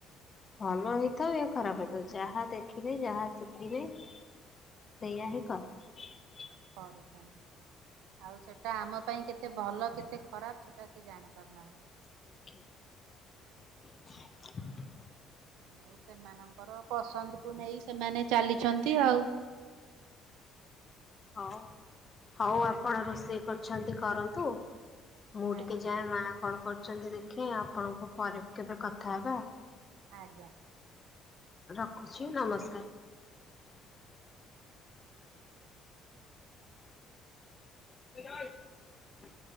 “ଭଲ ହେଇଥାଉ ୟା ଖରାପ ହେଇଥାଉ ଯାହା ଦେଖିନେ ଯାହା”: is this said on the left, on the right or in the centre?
Left